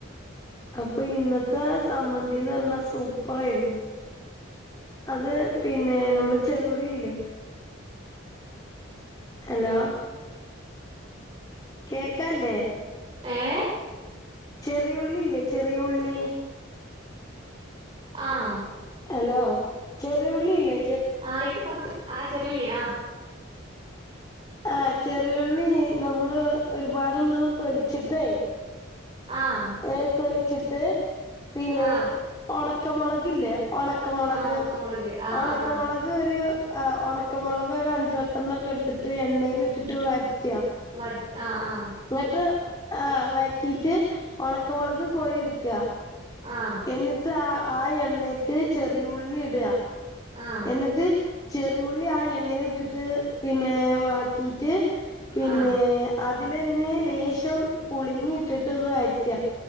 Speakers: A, on the left; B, on the right.
A: അപ്പൊ ഇന്നത്തെ സംബന്തിന്നറഞ്ഞ സൂപ്പറെരുന്നു. അത് പിന്നെ നമ്മള് ചെറിയുള്ളില്ലേ അലോ. കേക്കാല്ലേ?
B: ഏഹ്
A: ചെറിയുള്ളി ഇല്ലേ ചെറിയ ഉള്ളി.
B: ആഹ്.
A: ഹലോ ചെറിയ ഉള്ളില്ലേ.
B: ആഹ് കേക്ക്ണ്ട് ആഹ് ചെറുള്ളി ആഹ്.
A: ആഹ് ചെറിയുള്ളി നമ്മള് ഒരുപാടണ്ണം തൊലിച്ചിട്ടേയ്.
B: ആഹ്.
A: ഏഹ് തൊലിച്ചിട്ട് പിന്നെ
B: ആ
A: ഒണക്കമൊളകില്ലേ ഒണ ക്കമൊളക്
B: ആ ഉണക്കമുളക് ആ
A: ഒണക്കമൊളക്.
B: ആ ആ
A: കൊരു ഒണക്കമൊളകൊരു അഞ്ച് പത്തെണ്ണോക്കെ എടുത്തിട്ട് എണ്ണലിറ്റിട്ട് വയറ്റ.
B: വ ആഹ് ആഹ്.
A: ഇങ്ങട്ട് ആഹ് വയറ്റിറ്റ് ഒണക്ക മൊളക് കോരി ഇടുക്ക.
B: ആഹ്.
A: എന്നിട്ട് ആഹ് ആഹ് എണ്ണേക്ക് ചെറിയ ഉള്ളി ഇട.
B: ആ
A: എന്നിട്ട് ചെറിയുള്ളി ആഹ് എണ്ണല്ട്ടിട്ട് പിന്നെ വയറ്റിറ്റ്. പിന്നെ
B: ആ
A: അതിലന്നെ ലേശം പുളിങ്ങിട്ട്ട്ടൊന്ന് വയറ്റ.